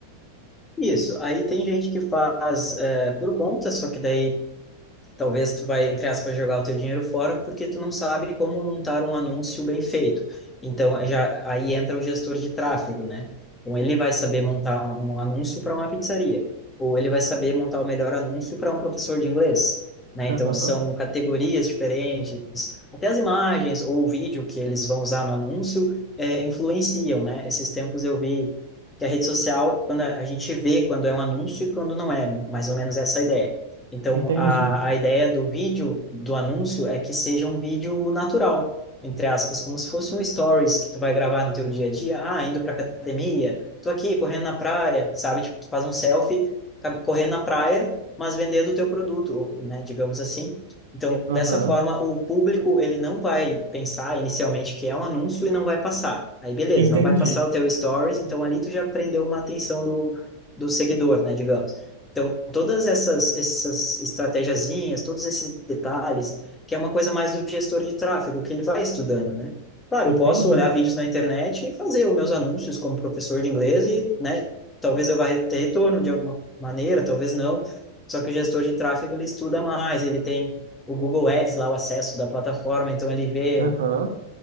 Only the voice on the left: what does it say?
Isso. Aí tem gente que faz eh, por conta, só que daí talvez tu vai, entre aspas, jogar o teu dinheiro fora porque tu não sabe como montar um anúncio bem feito. Então, já aí entra o gestor de tráfego, né? Então, ele vai saber montar um anúncio para uma pizzaria, ou ele vai saber montar o melhor anúncio para um professor de inglês, né?
Então, são categorias diferentes, até as imagens ou o vídeo que eles vão usar no anúncio é, influenciam, né? Esses tempos eu vi que a rede social, quando a a gente vê quando é um anúncio e quando não é, mais ou menos essa a ideia então,
a, a ideia do vídeo, do anúncio, é que seja um vídeo natural, entre aspas, como se fosse um stories que tu vai gravar no teu dia a dia. Ah, indo pra academia, tô aqui correndo na praia, sabe? Tipo, tu faz um selfie ca- correndo na praia, mas vendendo o teu produto, né? Digamos assim. Então,
dessa forma, o público, ele não vai pensar inicialmente que é um anúncio e não vai passar. Aí, beleza,
não vai passar o teu stories, então ali tu já prendeu uma atenção do, do seguidor, né? Digamos. Então, todas essas, essas estratégiazinhas, todos esses detalhes, que é uma coisa mais do gestor de tráfego, que ele vai estudando, né? Claro,
eu posso olhar vídeos na internet e fazer os meus anúncios como professor de inglês e, né, talvez eu vá ter retorno de alguma maneira, talvez não. Só que o gestor de tráfego, ele estuda mais, ele tem o Google Ads lá, o acesso da plataforma, então ele vê